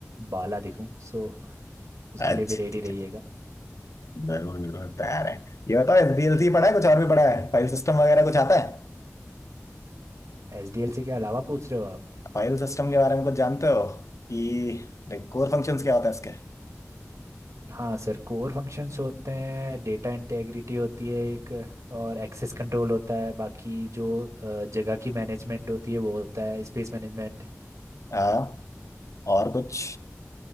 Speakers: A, on the right (about 80°); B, on the left (about 80°).
A: बाला दिखूं सो उसके
B: अच्छा
A: लिए भी रेडी
B: अच्छा
A: रहिएगा
B: जरूर जरूर तैयार है ये बताओ एसडीएलसी पढ़ा है कुछ और भी पढ़ा है फाइल सिस्टम वगैरह कुछ आता है
A: एसडीएलसी के अलावा पूछ रहे हो आप
B: फाइल सिस्टम के बारे में कुछ जानते हो कि लाइक कोर फंक्शंस क्या होते हैं इसके
A: हाँ सर कोर फंक्शंस होते हैं डेटा इंटेग्रिटी होती है एक और एक्सेस कंट्रोल होता है बाकी जो अ, जगह की मैनेजमेंट होती है वो होता है स्पेस मैनेजमेंट
B: हाँ और कुछ